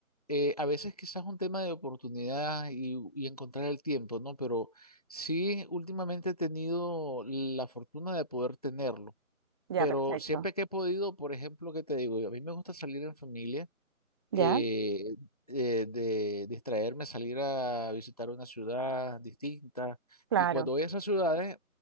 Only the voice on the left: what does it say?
eh, a veces quizás un tema de oportunidad y, y encontrar el tiempo, ¿no? Pero sí, últimamente he tenido la fortuna de poder tenerlo.
Pero
siempre que he podido, por ejemplo, ¿qué te digo? A mí me gusta salir en familia,
eh, eh, de distraerme, salir a visitar una ciudad distinta.
Y cuando voy a esas ciudades,